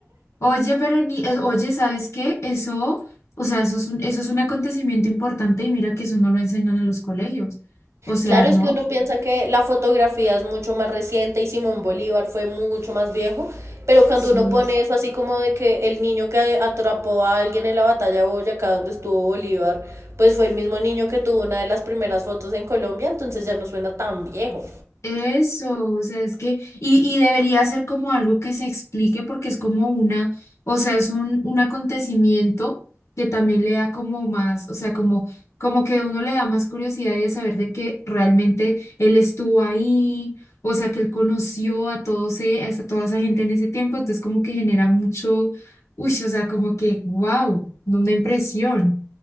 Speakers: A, on the left; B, on the right.
A: Oye, pero ni, eh, oye, ¿sabes qué? Eso, o sea, eso es un, eso es un acontecimiento importante y mira que eso no lo enseñan en los colegios. O sea,
B: Claro,
A: ¿no?
B: es que uno piensa que la fotografía es mucho más reciente y Simón Bolívar fue mucho más viejo, pero cuando
A: Sí.
B: uno pone eso así como de que el niño que atrapó a alguien en la batalla de Boyacá donde estuvo Bolívar, pues fue el mismo niño que tuvo una de las primeras fotos en Colombia, entonces ya no suena tan viejo.
A: Eso, o sea, es que, y, y debería ser como algo que se explique porque es como una, o sea, es un, un acontecimiento que también le da como más, o sea, como, como que uno le da más curiosidad y de saber de que realmente él estuvo ahí, o sea, que él conoció a todos, e- a esa- toda esa gente en ese tiempo, entonces como que genera mucho, uy, o sea, como que, wow, una impresión.